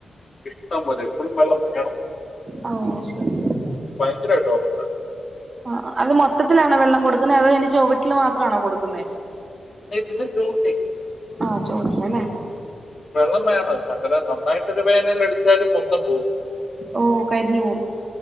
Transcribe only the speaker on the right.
അഹോ ശെരി ശെരി.
ആഹ അത് മൊത്തത്തിലാണോ വെള്ളം കൊടുക്കുന്നേ അതോ അതിന്റെ ചൊവട്ടില് മാത്രണോ കൊടുക്കുന്നേ.
ആ ചൊവ്വട്ടില് ലെ?
ഓ കരിഞ്ഞു പോവും.